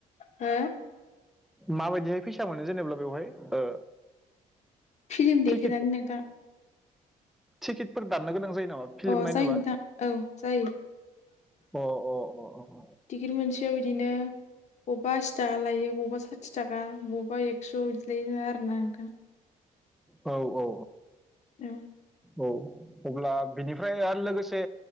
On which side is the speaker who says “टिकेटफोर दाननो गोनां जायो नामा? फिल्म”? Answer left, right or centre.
Centre